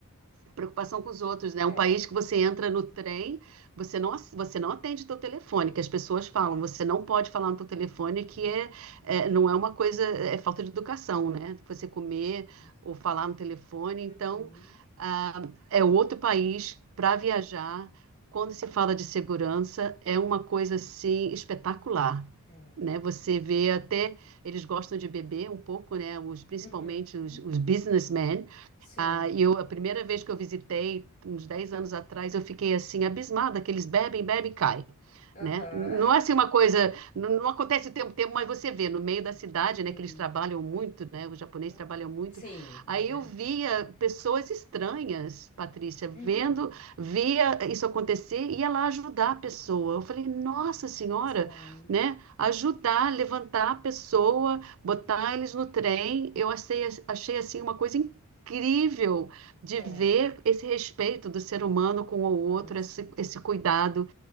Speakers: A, on the right; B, on the left.
A: preocupação com os outros, né?
B: É.
A: Um país que você entra no trem, você não, você não atende teu telefone, que as pessoas falam, você não pode
B: Uhum.
A: falar no teu telefone, que é, é, não é uma coisa, é falta de educação, né? Você
B: Nossa,
A: comer
B: olha só.
A: ou falar no telefone, então
B: Uhum.
A: ah, é outro país para viajar. Quando se fala de segurança, é uma coisa assim espetacular.
B: É.
A: Né? Você vê até, eles gostam de beber um pouco, né? Os, principalmente
B: Uhum.
A: os, os businessmen,
B: Sim.
A: ah, e eu, a primeira vez que eu visitei, uns 10 anos atrás, eu fiquei assim, abismada, que eles bebem, bebem e caem.
B: Aham.
A: Né? Não é assim uma coisa, não, não acontece o tempo tempo, mas você vê no meio da cidade,
B: Sim.
A: né, que eles trabalham muito, né, os japoneses
B: Aham.
A: trabalham muito.
B: Sim,
A: Aí
B: é verdade.
A: eu via pessoas estranhas, Patrícia, vendo,
B: Uhum.
A: via isso acontecer e ia lá ajudar a pessoa. Eu falei, nossa senhora,
B: Olha só. Uhum.
A: né, ajudar, levantar a pessoa, botar eles no trem. Eu achei, achei assim uma coisa incrível de
B: É,
A: ver esse respeito do ser humano com o outro,
B: assim.
A: esse, esse cuidado,